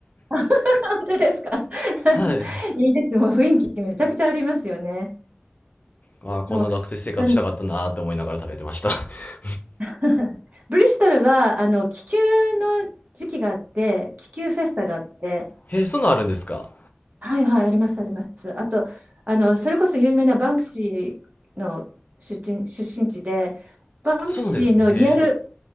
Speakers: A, on the right (about 40°); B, on the left (about 45°).
A: <laughs> 本当ですか <laughs>
B: <laughs> はい。
A: いいですもう雰囲気めちゃくちゃありますよね。
B: まあー、こんな学生生活したかったなーって思いながら食べてました。
A: そう。あの
B: <laughs>
A: <laughs> ブリストルは、あの、気球の時期があって、気球フェスタがあって、
B: へえ、そんなのあるんですか
A: はいはい、あります、あります。あと、あの、それこそ有名なバンクシーの出身、出身地で、バンクシーのリアル、
B: そうなんですね。へえ。